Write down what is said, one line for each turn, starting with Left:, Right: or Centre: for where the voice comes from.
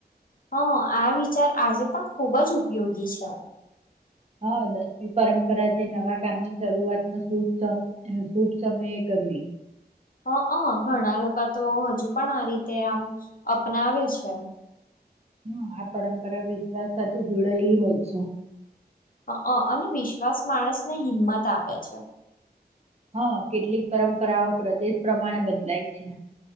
Left: હા આ વિચાર આજે પણ ખુબ જ ઉપયોગી છે.
Right: હ દસમી પરંપરા છે નવા કામની શરૂઆતમાં શુભ શુભ સમયે કરવી.
Left: હ અ ઘણા લોકો તો હજુ પણ આ રીતે આમ અપનાવે છે.
Right: હમ્મ આ પરંપરા વિશ્વાસ સાથે જોડાયેલી હોય છે.
Left: અ અ અને વિશ્વાસ માણસને હિંમત આપે છે.
Right: હ કેટલીક પરંપરાઓ પ્રદેશ પ્રમાણે બદલાય છે.